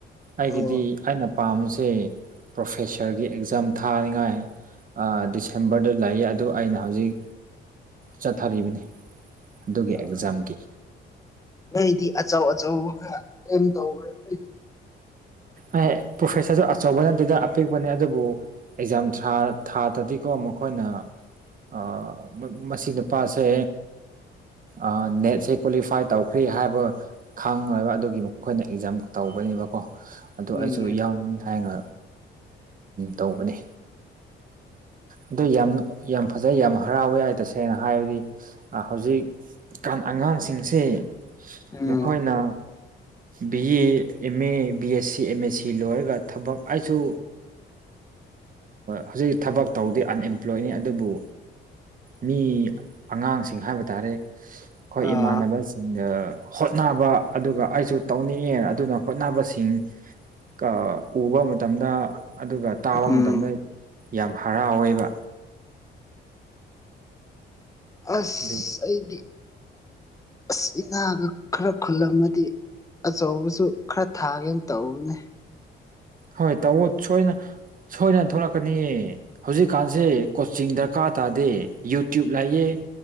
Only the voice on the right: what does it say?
ꯑꯩꯒꯤꯗꯤ
ꯑꯩꯅ ꯄꯥꯝꯕꯁꯦ ꯄ꯭ꯔꯣꯐꯦꯁꯔꯒꯤ ꯑꯦꯛꯖꯥꯝ ꯊꯥꯅꯤꯡꯉꯥꯏ ꯑ ꯗꯤꯁꯕꯔ ꯂꯥꯛꯌꯦ ꯑꯗꯨ ꯑꯩꯅ ꯍꯧꯖꯤꯛ ꯆꯠꯊꯔꯤꯕꯅꯤ ꯑꯗꯨꯒꯤ
ꯑꯦꯛꯖꯥꯝꯒꯤ
ꯑꯦ ꯄ꯭ꯔꯣꯐꯦꯁꯔꯁꯨ ꯑꯆꯧꯕꯅ ꯑꯗꯨꯗ ꯑꯄꯤꯛꯄꯅꯦ ꯑꯗꯨꯕꯨ ꯑꯦꯛꯖꯥꯝ ꯊ꯭ꯔꯥ ꯊꯥꯗꯗꯤꯀꯣ ꯃꯈꯣꯏꯅ ꯑꯥ ꯃꯁꯤ ꯅꯨꯄꯥꯁꯦ ꯑꯥ ꯅꯦꯠꯁꯦ ꯀ꯭ꯋꯥꯂꯤꯐꯥꯏ ꯇꯧꯈ꯭ꯔꯦ ꯍꯥꯏꯕ <unintelligible> ꯑꯗꯨꯒꯤ ꯃꯈꯈꯣꯏꯅ ꯑꯦꯛꯖꯥꯝ ꯇꯧꯕꯅꯦꯕꯀꯣ ꯑꯗꯨ
ꯑꯩꯁꯨ ꯌꯥꯎꯅꯤꯡꯉꯤ ꯍꯥꯏꯅ ꯇꯧꯕꯅꯤ ꯑꯗꯨ ꯌꯥꯝ ꯌꯥꯝ ꯐꯖꯩ ꯌꯥꯝ ꯍꯔꯥꯎꯋꯦ ꯑꯩ ꯇꯁꯦꯡꯅ ꯍꯥꯏꯔꯗꯤ ꯍꯧꯖꯤꯛ ꯑꯉꯥꯡꯁꯤꯡꯁꯤ
ꯃꯈꯣꯏꯅ B A M A B S C C M S C ꯂꯣꯏꯔꯒ ꯊꯕꯛ ꯑꯩꯁꯨ ꯍꯧꯖꯤꯛ ꯊꯕꯛ ꯇꯧꯗꯦ ꯑꯟꯑꯦꯝꯄ꯭ꯂꯣꯏꯅꯤ ꯑꯗꯨꯕꯨ ꯃꯤ ꯑꯉꯥꯡꯁꯤꯡ ꯍꯥꯏꯕ ꯇꯥꯔꯦ ꯑꯩꯈꯣꯏ
ꯏꯃꯥꯟꯅꯕꯁꯤꯡꯗ ꯍꯣꯠꯅꯕ ꯑꯗꯨꯒ ꯑꯩꯁꯨ ꯇꯧꯅꯤꯡꯉꯦ ꯑꯗꯨꯅ ꯍꯣꯠꯅꯕꯁꯤꯡ ꯀꯥ ꯎꯕ ꯃꯇꯝꯗ ꯑꯗꯨꯒ ꯇꯥꯕ
ꯃꯇꯝꯗ ꯌꯥꯝ ꯍꯔꯥꯎꯋꯦꯕ
ꯑꯗꯨ
ꯍꯣꯏ ꯇꯧꯑꯣ ꯁꯣꯏꯅ ꯁꯣꯏꯅ ꯊꯣꯛꯂꯛꯀꯅꯤꯌꯦ ꯍꯧꯖꯤꯛꯀꯥꯟꯁꯦ ꯀꯣꯆꯤꯡ ꯗꯔꯀꯥꯔ ꯇꯥꯗꯦ ꯌꯨꯇ꯭ꯌꯨꯕ ꯂꯌꯦ